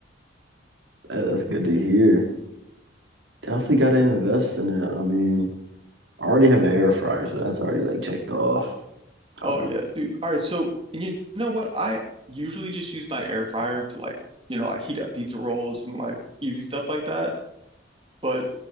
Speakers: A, on the right; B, on the right.
A: that- that's good to hear. Definitely gotta invest in it. I mean, I already have an air fryer, so that's already like checked off. Um,
B: Oh yeah, dude. All right, so and you know what? I usually just use my air fryer to like, you know, like heat up pizza rolls and like easy stuff like that. But